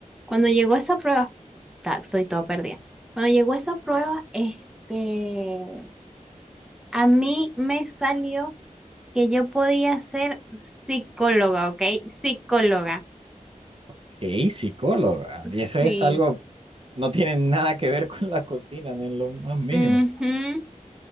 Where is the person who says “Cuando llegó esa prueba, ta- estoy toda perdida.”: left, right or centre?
Centre